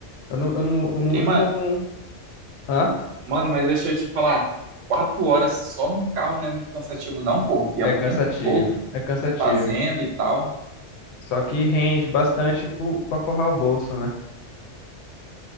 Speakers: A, on the left; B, on the right.
A: Eu não, eu não, eu não
B: Ei,
A: uso
B: ma-
A: como. um- Hã?
B: mano, mas deixa eu te falar. Quatro horas só num carro não é muito cansativo, não, pô. E é
A: É
B: o
A: cansativo,
B: tempo todo
A: é cansativo.
B: fazendo e tal.
A: Só que rende bastante pro- pra forrar o bolso, né?